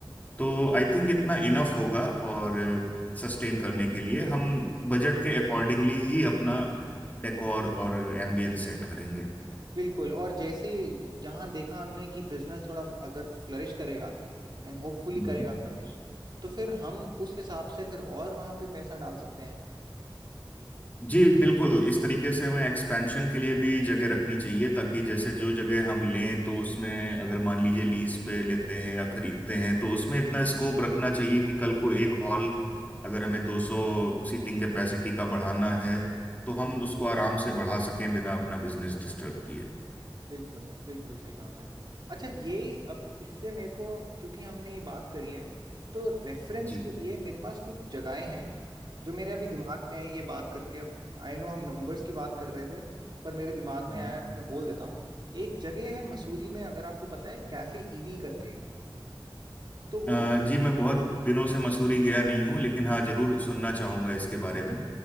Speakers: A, on the left (about 20°); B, on the right (about 60°).
A: तो आई थिंक इतना इनफ होगा और सस्टेन करने के लिए हम बजट के अकॉर्डिंगली ही अपना डेकोर और एम्बियंस सेट करेंगे
B: बिल्कुल और जैसे ही जहाँ देखा हमने कि बिजनेस थोड़ा अगर फ्लरिश करेगा एंड होपफुली
A: हम्म।
B: करेगा फ्लरिश तो फिर हम उस हिसाब से फिर और वहाँ पे पैसा डाल सकते हैं
A: जी बिल्कुल इस तरीके से हमें एक्सपेंशन के लिए भी जगह रखनी चाहिए ताकि जैसे जो जगह हम लें तो उसमें अगर मान लीजिए लीज पे लेते हैं या खरीदते हैं तो उसमें इतना स्कोप रखना चाहिए कि कल को एक हॉल अगर हमें 200 सीटिंग कैपेसिटी का बढ़ाना है तो हम उसको आराम से बढ़ा सकें बिना अपना बिजनेस डिस्टर्ब किए
B: बिल्कुल बिल्कुल सही बात है अच्छा यही अब इससे मेरे को क्योंकि हमने ये बात करी है तो रेफरेंस
A: जी
B: के लिए मेरे पास कुछ जगहें हैं जो मेरे अभी दिमाग में है ये बात करके अब आई नो हम नंबर्स की बात कर रहे थे पर मेरे दिमाग
A: हम्म।
B: में आया तो मैं बोल देता हूँ एक जगह है मसूरी में अगर आपको पता है कैफे ईवी करके तो वो
A: अ,
B: ना
A: जी मैं बहुत दिनों से मसूरी गया नहीं हूँ लेकिन हाँ जरूर सुनना चाहूंगा इसके बारे में